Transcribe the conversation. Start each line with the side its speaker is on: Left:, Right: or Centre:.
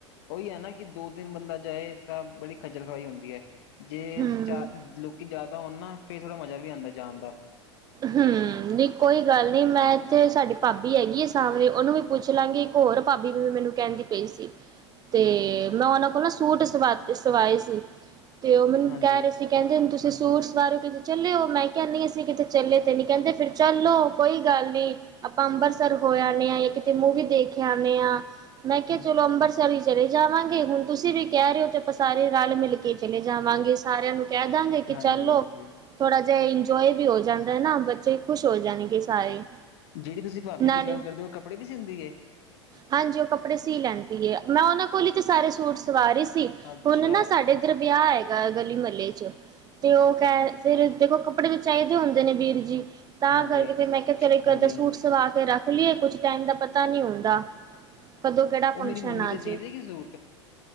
Left: ਉਹੀ ਹੈ ਨਾ ਕਿ ਦੋ ਤਿੰਨ ਬੰਦਾ ਜਾਏ ਤਾਂ ਬੜੀ ਖੱਜਲ ਖਵਾਈ ਹੁੰਦੀ ਹੈ। ਜੇ
Right: ਹੂੰ
Left: ਚ ਲੋਕੀ ਜ਼ਿਆਦਾ ਹੋਣ ਨਾ। ਫੇਰ ਥੋੜਾ ਮਜ਼ਾ ਵੀ ਆਉਂਦਾ ਜਾਣ ਦਾ
Right: ਹੂ ਨਹੀ ਕੋਈ ਗੱਲ ਨੀ ਮੈਂ ਥੇ ਸਾਡੀ ਭਾਬੀ ਹੈਗੀ ਐ ਸ਼ਾਮਲੀ, ਉਹਨੂੰ ਵੀ ਪੁੱਛ ਲਾਂਗੇ ਇੱਕ ਹੋਰ ਭਾਬੀ ਵੀ ਮੈਨੂੰ ਕਹਿੰਦੀ ਪਈ ਸੀ, ਤੇ ਮੈਂ ਉਹਨਾਂ ਕੋਲ ਨਾ ਸੂਟ ਸਵਾ ਸਵਾਏ ਸੀ। ਤੇ ਉਹ ਮੈਨੂੰ
Left: ਹਾਂਜੀ
Right: ਕਹਿ ਰਹੇ ਸੀ ਕਹਿੰਦੇ ਹੁਣ ਤੁਸੀਂ ਸੂਟ ਸਵਾ ਰੇ ਔ, ਕਿਤੇ ਚੱਲੇ ਔ, ਮੈਂ ਨਹੀ ਅਸੀਂ ਕਿਤੇ ਚੱਲੇ ਤੇ ਨੀ ਕਹਿੰਦੇ ਫਿਰ ਚੱਲੋ ਕੋਈ ਗੱਲ ਨੀ ਆਪਾਂ ਅੰਬਰਿਤਸਰ ਹੋ ਆਣੇ ਹਾਂ ਜਾਂ ਕਿਤੇ ਮੂਵੀ ਦੇਖ ਆਨੇ ਆਂ। ਮੈਂ ਕਿਹਾ
Left: ਹਾਂਜੀ
Right: ਚਲੋ ਅੰਮਰਤਸਰ ਚਲੇ ਜਾਵਾਂਗੇ ਹੁਣ ਤੁਸੀਂ ਵੀ ਕਹਿ ਰਹੇ ਹੋ ਤੇ ਆਪਾਂ ਸਾਰੇ ਰਲ ਮਿਲ ਕੇ ਚਲੇ ਜਾਵਾਂਗੇ ਸਾਰਿਆਂ ਨੂੰ ਕਹਿ ਦਾਂਗੇ ਕਿ
Left: ਹਾਂਜੀ
Right: ਚਲੋ
Left: ਹਾਂਜੀ
Right: ਥੋੜਾ ਜਿਹਾ ਇੰਜੋਏ ਵੀ ਹੋ ਜਾਣ। ਨਾ ਬੱਚੇ ਖੁਸ਼ ਹੋ ਜਾਣਗੇ ਸਾਰੇ।
Left: ਜਿਹੜੀ ਤੁਸੀਂ ਭਾਬੀ
Right: ਨਾਲੇ
Left: ਦੀ ਗੱਲ ਕਰਦੇ ਹੋ ਕੱਪੜੇ ਵੀ ਸੀਂਦੀ ਏ।
Right: ਹਾਂਜੀ ਉਹ ਕੱਪੜੇ ਸੀ ਲੈਂਦੀ ਮੈਂ ਉਹਨਾਂ ਕੋਲ ਹੀ ਤੇ ਸਾਰੇ ਸੂਟ ਸਵਾ ਰਹੀ ਸੀ।
Left: ਅੱਛਾ
Right: ਹੁਣ ਨਾ ਸਾਡੇ ਇੱਧਰ ਵਿਆਹ ਏ ਗਾ ਗਲੀ ਮਹੱਲੇ ਚ, ਤੇ ਉਹ ਕਹਿ ਫਿਰ ਦੇਖੋ ਕੱਪੜੇ ਵੀ ਚਾਹੀਦੇ ਹੁੰਦੇ। ਜਨ ਵੀਰ ਜੀ। ਤਾਂ
Left: ਹਾਂਜੀ
Right: ਕਰਕੇ ਫਿਰ ਮੈਂ ਕਿਹਾ ਚਲੋ ਇਕ
Left: ਹਾਂਜੀ
Right: ਅੱਧਾ ਸੂਟ
Left: ਹਾਂਜੀ
Right: ਸਵਾ ਕੇ ਰੱਖ ਨਿਕਲੀਏ ਕੁਛ ਟਾਈਮ ਦਾ ਪਤਾ ਨੀ ਹੁੰਦਾ। ਕਦੋਂ ਕਿਹੜਾ
Left: ਉਹ
Right: ਫੰਕਸ਼ਨ
Left: ਮੇਰੀ ਮੰਮੀ
Right: ਆ
Left: ਤੇ
Right: ਜੇ,
Left: ਸੀ ਦੇਗੀ ਸੂਟ